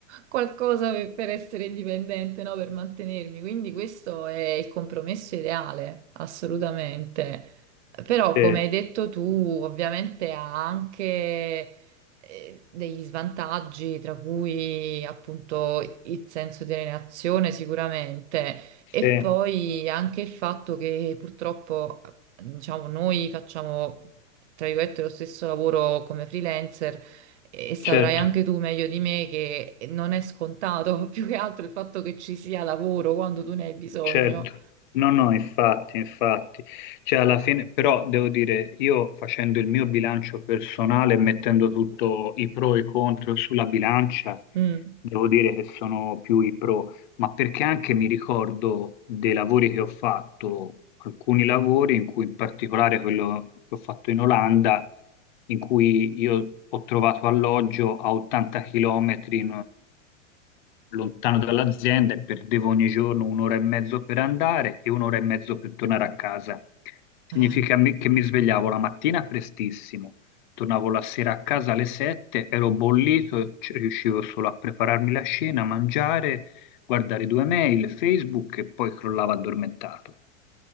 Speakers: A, on the right; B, on the left.
A: qualcosa per, per essere indipendente, no? Per mantenermi. Quindi questo è il compromesso ideale, assolutamente. Però,
B: Sì,
A: come hai detto tu, ovviamente ha anche eh, degli svantaggi, tra cui appunto il senso di alienazione sicuramente,
B: sì,
A: e poi anche il fatto che purtroppo, diciamo, noi facciamo tra virgolette, lo stesso lavoro come freelancer e saprai
B: certo,
A: anche tu meglio di me che non è scontato, <laughs> più che altro il fatto che ci sia lavoro quando tu ne hai bisogno.
B: certo. No, no, infatti, infatti. Cioè, alla fine, però devo dire, io facendo il mio bilancio personale, mettendo tutto i pro e i contro sulla bilancia,
A: Mm.
B: devo dire che sono più i pro. ma perché anche mi ricordo dei lavori che ho fatto, alcuni lavori, in cui in particolare quello che ho fatto in Olanda, in cui io ho trovato alloggio a 80 km lontano dall'azienda e perdevo ogni giorno un'ora e mezzo per andare e un'ora e mezzo per tornare a casa. Significa
A: Eh,
B: mi- che mi svegliavo la mattina prestissimo, tornavo la sera a casa alle 7, ero bollito, c- riuscivo solo a prepararmi la cena, a mangiare guardare due mail, Facebook e poi crollava addormentato.